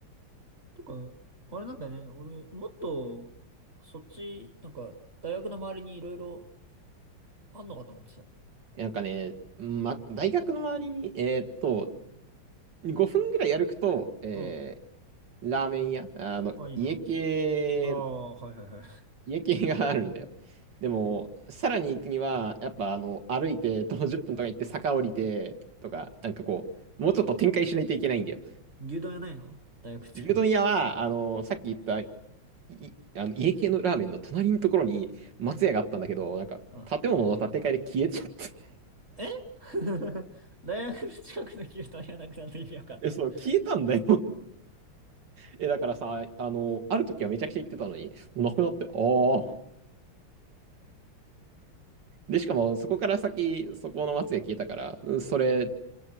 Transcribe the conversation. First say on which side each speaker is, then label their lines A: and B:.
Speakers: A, on the right; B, on the right.
A: とか、あれなんだね。俺、もっと、そっち、なんか、大学の周りにいろいろあんのかと思ってた。
B: なんかね、ま、大学の周りに、
A: で、
B: えーっと、5分ぐらい歩くと、えー
A: うん。
B: ラーメン屋、あの、
A: あ、いいじゃん。
B: 家系
A: ああ、はいはいはい。
B: 家系があるんだよ。でも、
A: うん。
B: さらに行くには、やっぱあの、歩いて徒歩10分とか行って坂降りてとか、なんかこう、もうちょっと展開しないといけないんだよ。
A: 牛丼屋ないの大学近くに。
B: 牛丼屋は、あの、さっき言った、い、あの、家系のラーメンの隣のところに松屋があったんだけど、なんか、
A: あ、
B: 建物の建て替えで消えちゃって。
A: え <laughs> 大学の近くの牛丼屋なくなるの意味わかんないな。
B: <laughs> え、そう、
A: い
B: 消えたんだよ。<laughs> え、だからさ、あの、ある時はめちゃくちゃ行ってたのに、もうなくなって、ああ。で、しかも、そこから先、そこの松屋消えたから、それ、